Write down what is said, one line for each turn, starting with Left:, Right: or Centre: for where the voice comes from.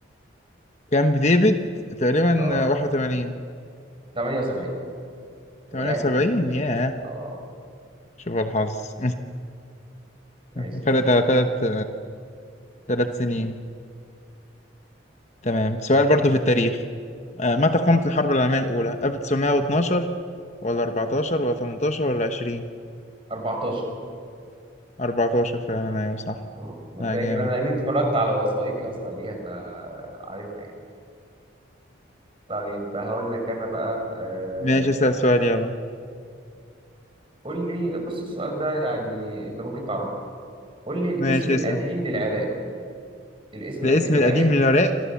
Left: كامب ديفيد تقريبا
Right: اه
Left: آه، 81
Right: 78
Left: 78
Right: وقعت أنت في الطريق
Left: ياه
Right: اه
Left: شوف الحظ <laughs>
Right: ماشي استنى
Left: فرق ثلاث ثلاث سنين تمام سؤال برضو في التاريخ آه، متى قامت الحرب العالمية الأولى؟ 1912 ولا 14 ولا 18 ولا 20؟
Right: 14
Left: 14 فعلا أيوة صح
Right: مم. انا
Left: لا
Right: فاكر
Left: جامد
Right: انا لاني اتفرجت على وثائقي اصلا ليها فعارفها يعني طيب هقول لك انا بقى آه...
Left: ماشي اسأل سؤال يلا
Right: قول لي بص السؤال ده يعني انت ممكن تعرفه قول لي الاسم
Left: ماشي
Right: القديم
Left: اسأل
Right: للعراق الاسم
Left: الاسم
Right: القديم
Left: القديم
Right: للعراق
Left: للعراق